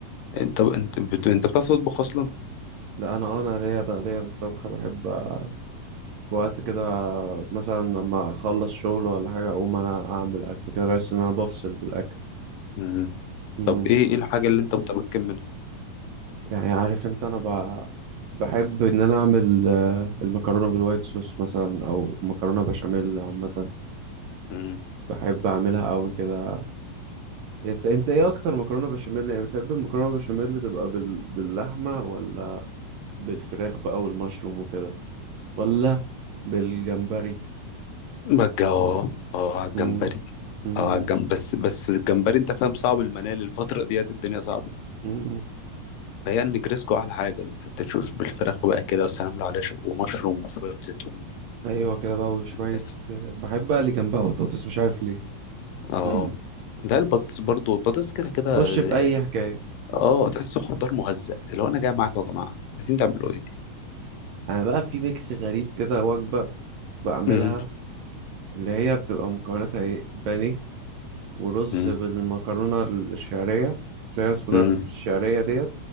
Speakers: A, on the left (about 85°); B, on the right (about 75°).
A: انت انت بت... انت بتعرف تطبخ أصلا؟
B: لا انا انا ليا ده ليا في الطبخ بحب آه، في وقت كده مثلا لما اخلص شغل ولا حاجه اقوم انا اعمل اكل كده بحس ان انا بفصل بالاكل
A: مم.
B: مم.
A: طب ايه ايه الحاجة اللي انت متمكن منها؟
B: يعني عارف انت انا ب... بحب ان انا اعمل آه، المكرونه بالوايت صوص مثلا او مكرونه بشاميل عامه
A: مم.
B: بحب اعملها قوي كده انت انت ايه اكتر مكرونه بشاميل يعني بتحب المكرونه بشاميل تبقى بال... باللحمه ولا بالفراخ بقى والمشروم وكده ولا بالجمبري
A: بجا اه اه على الجمبري
B: مم. مم.
A: اه على الجم... بس بس الجمبري انت فاهم صعب المنال الفترة ديت الدنيا صعبة
B: مم.
A: فهي النجريسكو احلى حاجه انت تشوش بالفراخ بقى كده والسلام لو عليها شو- ومشروم وشويه زيتون
B: ايوه كده بقى وشويه
A: بس.
B: بحب بقى اللي جنبها بطاطس مش عارف ليه
A: اه
B: <clears throat>
A: ده البطاطس برضو البطاطس كده كده
B: تخش
A: يعني-
B: في اي حكايه
A: اه تحسه خضار مهزأ اللي هو انا جاي معاكم يا جماعه عايزين تعملوا ايه
B: انا بقى في ميكس غريب كده وجبه بعملها
A: امم
B: اللي هي بتبقى مكوناتها ايه بانيه ورز
A: امم
B: بالمكرونه الشعريه اللي هي اسمها
A: امم
B: ده الشعريه ديت